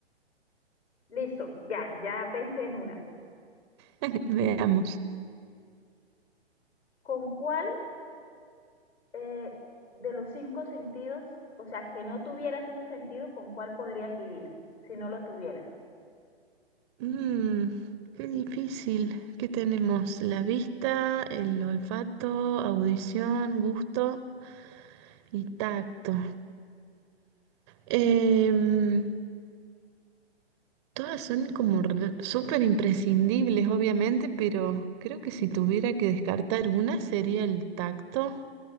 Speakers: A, on the left (about 75°); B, on the right (about 25°).
A: listo, ya, ya pensé en una.
B: <laughs> veamos.
A: ¿con cuál eh, de los cinco sentidos, o sea, que no tuvieras ese sentido, con cuál podrías vivir si no lo tuvieras?
B: Mm, qué difícil. ¿Qué tenemos? La vista, el olfato, audición, gusto y tacto. Em, Todas son como re- súper imprescindibles, obviamente, pero creo que si tuviera que descartar una sería el tacto,